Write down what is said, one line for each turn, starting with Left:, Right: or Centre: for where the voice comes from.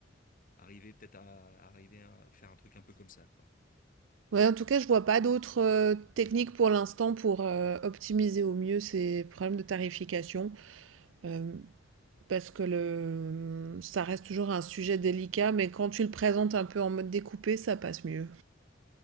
Left: arriver peut-être à arriver à faire un truc un peu comme ça, quoi.
Right: Ouais, en tout cas, je vois pas d'autres euh, techniques pour l'instant pour euh, optimiser au mieux ces problèmes de tarification, euh, parce que le, ça reste toujours un sujet délicat, mais quand tu le présentes un peu en mode découpé, ça passe mieux.